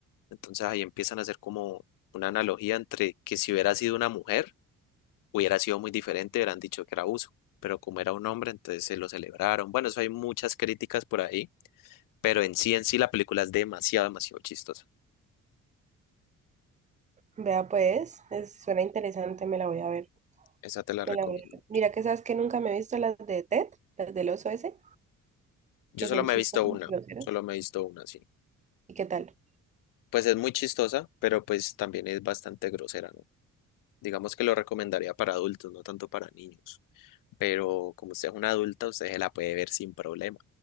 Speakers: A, on the left; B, on the right.
A: Entonces ahí empiezan a hacer como una analogía entre que si hubiera sido una mujer, hubiera sido muy diferente, hubieran dicho que era abuso, pero como era un hombre, entonces se lo celebraron. Bueno, eso hay muchas críticas por ahí, pero en sí en sí la película es demasiado, demasiado chistosa.
B: vea pues, es- suena interesante, me la voy a ver,
A: Esa te la recomiendo.
B: me la voy a ver. Mira que sabes que nunca me he visto las de Ted, las del oso ese,
A: Yo
B: que
A: solo
B: son
A: me
B: chistosas
A: he visto una,
B: y groseras.
A: solo me he visto una, sí.
B: ¿Y qué tal?
A: Pues es muy chistosa, pero pues también es bastante grosera, ¿no? Digamos que lo recomendaría para adultos, no tanto para niños. Pero como usted es una adulta, usted se la puede ver sin problema.